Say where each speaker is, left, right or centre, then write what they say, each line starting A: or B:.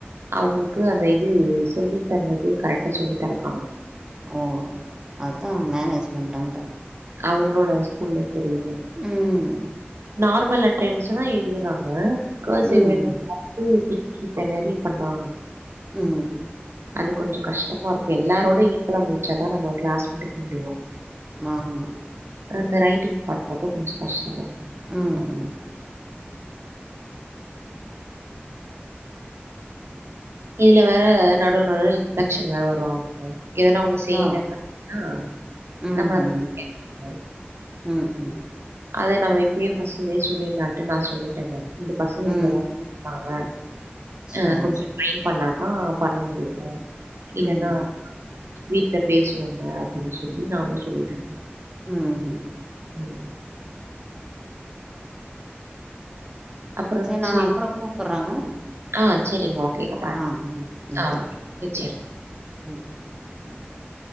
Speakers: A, on the right; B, on the right.
A: அவங்களுக்கு அந்த இது சொல்லி தந்தது கரெக்டா சொல்லி தரக்காணோ
B: ஓ அதா மேனேஜ்மெண்ட் அங்க
A: அவங்களோட ஸ்கூல்ல தெரியல
B: ம்
A: நார்மல் லெட்டர் எழுத சொன்னா எழுதிறாங்க கர்சிவ்
B: ம்
A: ரைட் ம் திக்கி தெனரி பண்றா
B: ம்
A: அது கொஞ்ச கஷ்டமா இருக்கு எல்லாரோட ஈக்குவலா முடிச்சாதா நம்ம கிளாஸ் முடிக்க முடியு
B: ஆமா
A: அப்ற அந்த ரைட்டிங் பாக்க மட்டு கொஞ்ச கஷ்டமா இருக்கும்.
B: ம்
A: ஆமா.
B: ம்
A: இதுல வேற நடுவுல நடுவுல இன்ஃபெக்ஷன் வேற வருவாங்க ம் எதனா ஒன்னு செய்ல
B: ஆ
A: <inaudible>
B: ம்
A: நம்மளதான
B: ம்
A: கேப்பாங்க
B: ம் ம்
A: அதா நம்ம இப்பயே ஃபஸ்லந்தே சொல்லிர்லான்ட்டு நா சொல்லிட்டேங்க இந்த பசங்க லீவுலதா
B: ம்
A: வந்தாங்க
B: சரி
A: அ கொஞ்சொ ட்ரை பண்ணாதா பண்ண முடியு
B: ம்
A: இல்லன்னா வீட்ல பேசுவாங்க அப்டின்னு சொல்லி நானே சொல்லிட்டே
B: ம்
A: ம் அப்புற
B: சரி நான்
A: செரி
B: அப்புறம் கூப்புட்றேங்க
A: ஆ சரிங்க ஓகேங்க பா
B: ஆ ம் ம்
A: ஆ
B: பாய்
A: வச்சிர்
B: ம்
A: ம்